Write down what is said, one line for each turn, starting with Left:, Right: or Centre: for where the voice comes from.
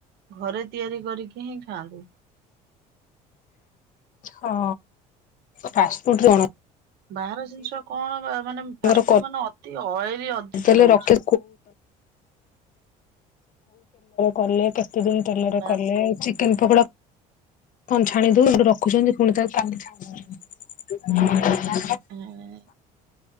Right: ଘରେ ତିଆରି କରିକି ହିଁ ଖାଆନ୍ତୁ।
Left: ହଁ ଫାଷ୍ଟ ଫୁଡ୍ ଜଣ
Right: ବାହାର ଜିନିଷ କଣ ମାନେ
Left: ତାଙ୍କର
Right: ଫାଷ୍ଟ ଫୁଡ୍ ମାନେ ଅତି ଅଏଲି ଅଧିକା
Left: <inaudible> ତେଲରେ
Right: ରହୁଛି।
Left: କଲେ କେତେ ଦିନ ତେଲରେ
Right: ବାସ୍
Left: କଲେ ଚିକେନ ପକୋଡ଼ା କଣ ଛାଣି ଦଉ ରଖୁଛନ୍ତି ପୁଣି ତା କାଲି ଛାଣି ଦଉଚନ୍ତି।
Right: ଏଁ